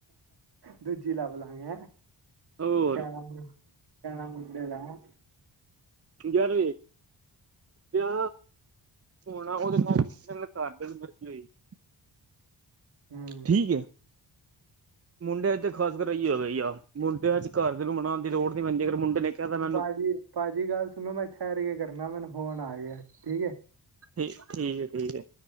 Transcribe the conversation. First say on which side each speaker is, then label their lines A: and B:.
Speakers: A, on the right; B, on the right.
A: ਦੂਜੀ ਲਭ ਲਾਂਗੇ ਐ <inaudible> ਕਹਿਣਾ
B: ਹੋਰ
A: <unintelligible> ਕਹਿਣਾ ਮੁੰਡੇ ਦਾ ਹਨਾ
B: ਜਰ ਕੀਆ ਹੋਣਾ <unintelligible> <inaudible>
A: ਹਮ।
B: ਠੀਕ ਹੈ। ਮੁੰਡਿਆਂ ਚੋਂ ਤਾ ਖਾਸ ਫਿਰ ਏ ਈ <unintelligible> ਮੁੰਡਿਆਂ ਚ ਘਰ ਦੇ ਨੂੰ ਮਨਾਉਣ ਦੀ ਲੋੜ ਦੀ ਲੋੜ ਨੀ ਪੈਂਦੀ ਫਿਰ ਮੁੰਡੇ ਨੇ ਕਹਿ ਤਾ ਮੈਨੂੰ
A: ਭਾਜੀ-ਭਾਜੀ ਗੱਲ ਸੁਣੋ, ਮੈਂ ਠਹਿਰ ਕੇ ਕਰਨਾ ਮੈਨੂੰ ਫੋਨ ਆ ਗਿਆ ਠੀਕ ਹੈ।
B: ਠੀ ਠੀਕ ਹੈ, ਠੀਕ ਹੈ।